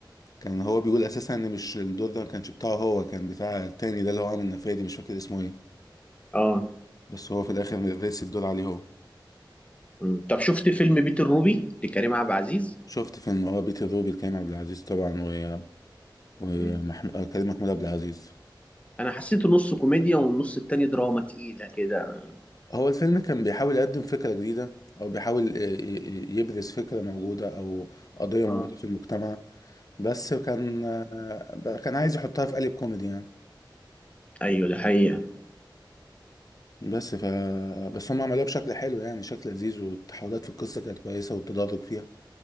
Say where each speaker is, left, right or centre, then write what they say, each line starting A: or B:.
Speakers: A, on the left (about 50°); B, on the left (about 15°).
A: كان هو بيقول اساسا ان مش الدور ده ما كانش بتاعه هو كان بتاع التاني ده اللي هو عامل نفادي مش فاكر اسمه ايه
B: اه
A: بس هو في الاخر رسي الدور عليه هو
B: مم. طب شفت فيلم بيت الروبي لكريم عبد العزيز
A: شفت فيلم اه بيت الروبي كريم عبد العزيز طبعا و ومحمود
B: مم.
A: كريم محمود عبد العزيز
B: انا حسيته نص كوميديا والنص التاني دراما تقيلة كده
A: هو الفيلم كان بيحاول يقدم فكرة جديدة او بيحاول آه، ي- ي- يبرز فكرة موجودة او قضية موجودة
B: اه
A: في المجتمع بس كان آه، كان عايز يحطها في قالب كوميدي يعني
B: ايوه ده حقيقة
A: بس ف بس هم عملوها بشكل حلو يعني شكل لذيذ والتحولات في القصة كانت كويسة والتدرج فيها